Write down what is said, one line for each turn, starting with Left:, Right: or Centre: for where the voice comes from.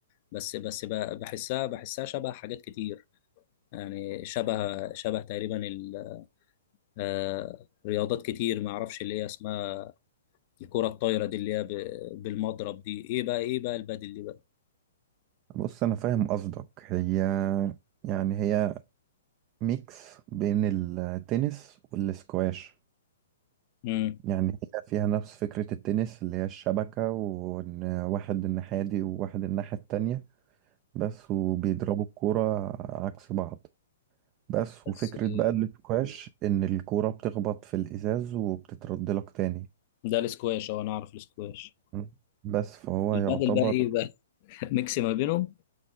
Left: بس بس ب- بحسها بحسها شبه حاجات كتير يعني شبه شبه تقريبا ال- آه، رياضات كتير ما اعرفش اللي هي اسمها الكرة الطايرة دي اللي هي ب- بالمضرب دي ايه بقى ايه بقى البادل دي بقى
Right: بص انا فاهم قصدك هي يعني هي ميكس بين التنس والسكواش
Left: امم
Right: يعني هي فيها نفس فكرة التنس اللي هي الشبكة وإن واحد الناحية دي وواحد الناحية التانية بس وبيضربوا الكورة عكس بعض بس
Left: بس
Right: وفكرة
Left: آه،
Right: بقى السكواش إن الكورة بتخبط في الإزاز وبتترد لك تاني
Left: ده الاسكواش اه انا اعرف الاسكواش
Right: م. بس فهو
Left: البادل
Right: يعتبر
Left: بقى ايه بقى <laughs> ميكس ما بينهم